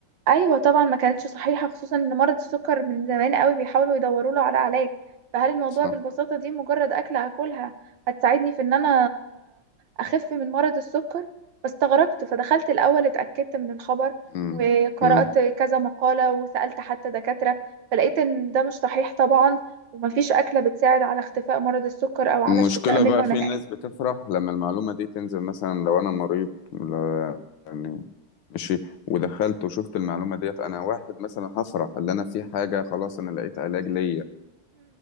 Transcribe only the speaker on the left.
صح
امم
امم
المشكلة
بقى في
ناس بتفرح لما المعلومة دي تنزل مثلا لو أنا مريض ل- يعني ماشي ودخلت وشفت المعلومة ديت أنا واحد مثلا هفرح اللي أنا في حاجة خلاص أنا لقيت علاج ليا